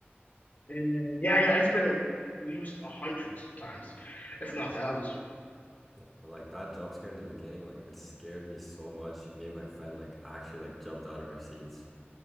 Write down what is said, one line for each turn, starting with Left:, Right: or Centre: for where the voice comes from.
Left: and yeah, yeah, it's been used a hundreds of times, if not thousands.
Centre: Yeah. But like that jump scare in the beginning, like it scared me so much. Me and my friend like actually like jumped out of our seats.